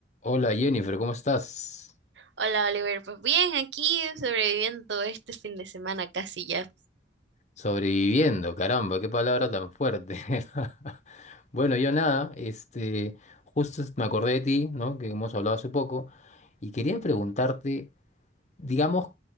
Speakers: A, on the left (about 40°); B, on the right (about 75°).
A: Hola Jennifer, ¿cómo estás?
B: Hola Oliver, pues bien, aquí sobreviviendo este fin de semana casi ya.
A: Sobreviviendo, caramba, qué palabra tan fuerte. <laughs> Bueno, yo nada, este, justo me acordé de ti, ¿no? Que hemos hablado hace poco, y quería preguntarte, digamos,